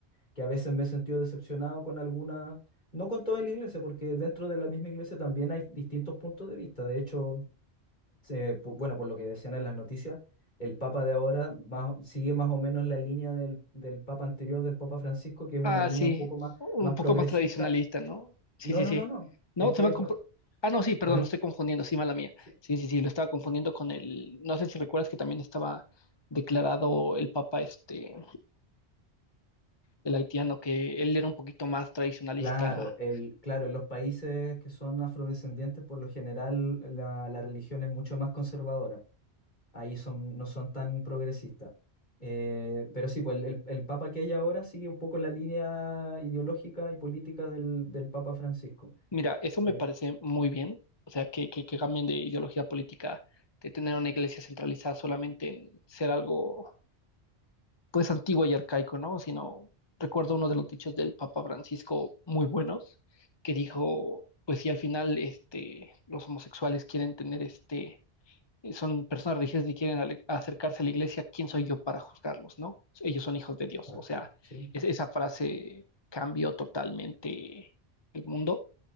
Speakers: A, on the left; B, on the left.
A: que a veces me he sentido decepcionado con alguna, no con toda la iglesia, porque dentro de la misma iglesia también hay distintos puntos de vista. De hecho, se- pu- bueno, por lo que decían en las noticias, el Papa de ahora va- sigue más o menos la línea del, del Papa anterior, del Papa Francisco, que es una
B: Ah,
A: línea
B: sí,
A: un poco más,
B: un
A: más
B: poco
A: progresista.
B: más tradicionalista, ¿no? Sí,
A: No,
B: sí,
A: no,
B: sí.
A: no, no,
B: No,
A: es que
B: se van
A: es
B: con...
A: más...
B: Ah, no, sí, perdón,
A: o-
B: lo estoy confundiendo, sí, mala mía.
A: sí,
B: Sí, sí, sí, lo estaba confundiendo con el... No sé si recuerdas que también estaba declarado el papa, este, el haitiano, que él era un poquito más tradicionalista.
A: Claro, el, claro, en los países que son afrodescendientes, por lo general, la, la religión es mucho más conservadora. ahí son, no son tan progresistas. Eh, pero sí, pues el, el- el papa que hay ahora sigue un poco la línea ideológica y política del, del papa Francisco.
B: Mira, eso me
A: Eh,
B: parece muy bien, o sea, que, que, que cambien de ideología política, de tener una iglesia centralizada solamente en ser algo pues antiguo y arcaico, ¿no? Sino recuerdo uno de los dichos del Papa Francisco muy buenos, que dijo, pues si al final este, los homosexuales quieren tener este, son personas religiosas y quieren ale- acercarse a la iglesia, ¿quién soy yo para juzgarlos, no? Ellos son hijos de Dios.
A: exacto,
B: O sea,
A: sí,
B: es- esa frase cambió totalmente el mundo